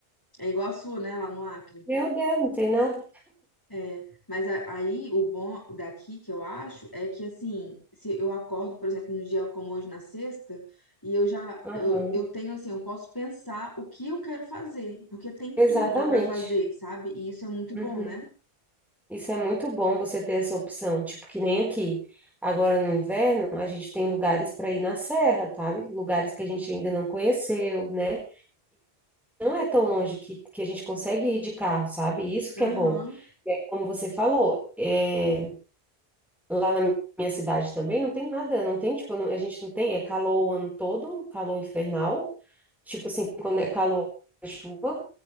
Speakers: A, on the left; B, in the centre.
A: é igual a sua, né, lá no Acre.
B: Meu Deus, não tem nada.
A: É, mas a- aí o bom daqui que eu acho é que assim, se eu acordo, por exemplo, num dia como hoje na sexta, e eu já
B: Aham.
A: eu, eu tenho assim, eu posso pensar o que eu quero fazer, porque tem
B: Exatamente.
A: tudo pra fazer, sabe? E isso é muito bom,
B: Uhum.
A: né?
B: Isso é muito bom você ter essa opção, tipo que nem aqui. Agora no inverno, a gente tem lugares para ir na serra, sabe? Lugares que a gente ainda não conheceu, né? não é tão longe que, que a gente consegue ir de carro, sabe? Isso que
A: Aham,
B: é bom. E aí, como você falou, é, lá na minha cidade também não tem nada, não tem, tipo, não- a gente não tem, é calor o ano todo, calor infernal, tipo assim, quando é calor, é chuva,